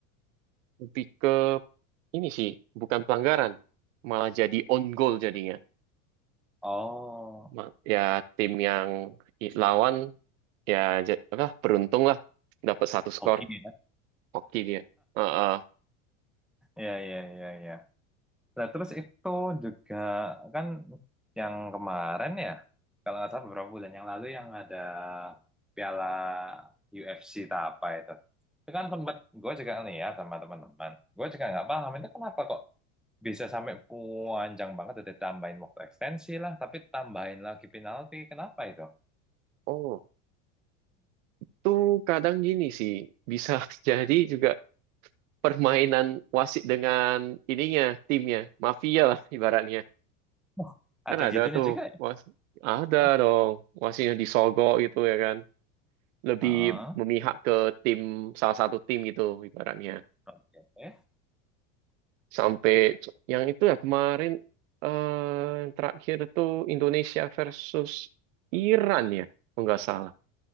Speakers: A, on the right (about 70°); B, in the centre.
A: Lebih ke ini sih bukan pelanggaran, malah jadi on goal jadinya.
B: Oh,
A: Ma- Ya tim yang i- lawan ya ja- apa beruntung lah dapat satu
B: hoki
A: skor
B: ya. <laughs>
A: hoki dia. Heeh.
B: Ya, ya, ya, ya. Nah, terus itu juga kan yang kemarin ya, kalau nggak salah beberapa bulan yang lalu yang ada piala UFC tak apa itu. Itu kan tempat gue juga lihat sama teman-teman. Gue juga nggak paham itu kenapa kok bisa sampai panjang banget udah tambahin waktu ekstensi lah, tapi tambahin lagi penalti. Kenapa itu?
A: Oh, tuh kadang gini sih bisa <laughs> jadi juga permainan wasit dengan ininya timnya mafia lah ibaratnya.
B: Wah,
A: Kan
B: ada
A: ada
B: gitunya
A: tuh
B: juga ya?
A: was ada
B: Hah?
A: dong wasitnya disogok gitu ya kan. Lebih
B: Heeh.
A: memihak ke tim salah satu tim gitu ibaratnya.
B: Oke.
A: Sampai yang itu ya kemarin eh, yang terakhir itu Indonesia versus Iran ya, kalau nggak salah.